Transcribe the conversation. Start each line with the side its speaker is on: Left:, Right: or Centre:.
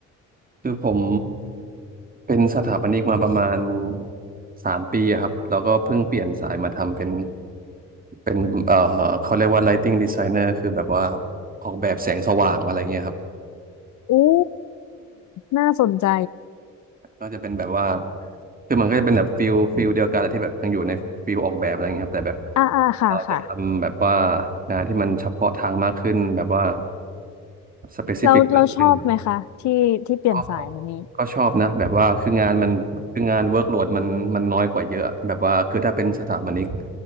Right: คือผมเป็นสถาปนิกมาประมาณสามปีอะครับแล้วก็เพิ่งเปลี่ยนสายมาทำเป็นเป็นเอ่อเขาเรียกว่า lighting designer คือแบบว่าออกแบบแสงสว่างอะไรเงี้ยครับ
Left: อู้น่าสนใจ
Right: ก็จะเป็นแบบว่าคือมันก็จะเป็นแบบฟิลฟิลเดียวกันแหละที่แบบยังอยู่ในฟิลออกแบบอะไรเงี้ยครับแต่แบบ
Left: อ่าอ่าค่ะค่ะ
Right: เราจะทำแบบว่างานที่มันเฉพาะทางมากขึ้นแบบว่า specific
Left: เราเราชอบไหมคะที่ที่เปลี่ยนสายมานี้
Right: มากขึ้น อ๋อก็ชอบนะแบบว่าคืองานมันคืองานเวิร์กโหลดมันมันน้อยกว่าเยอะแบบว่าคือถ้าเป็นสถาปนิก